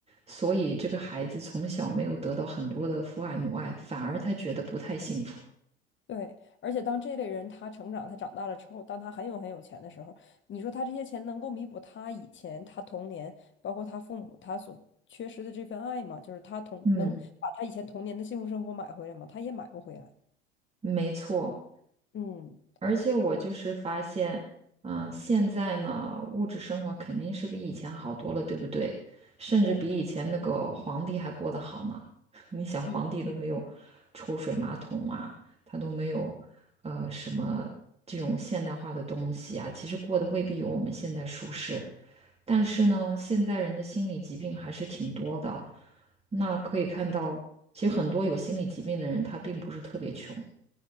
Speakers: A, on the right; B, on the left.
A: 所以这个孩子从小没有得到很多的父爱母爱，反而他觉得不太幸福。
B: 对，而且当这类人他成长，他长大了之后，当他很有很有钱的时候，你说他这些钱能够弥补他以前他童年，包括他父母他所缺失的这份爱吗？就是他童能把他以前童年的幸福生活买回来吗？
A: 嗯，
B: 他也买不回来。
A: 没错。
B: 嗯，
A: 而且我就是发现，嗯，现在呢，物质生活肯定是比以前好多了，对不对？甚至比以前那个皇帝还过得好呢。
B: 对，
A: <laughs> 你想，
B: 嗯嗯，
A: 皇帝都没有抽水马桶啊，他都没有呃什么这种现代化的东西啊，其实过得未必有我们现在舒适。但是呢，现在人的心理疾病还是挺多的。那可以看到，其实很多有心理疾病的人，他并不是特别穷。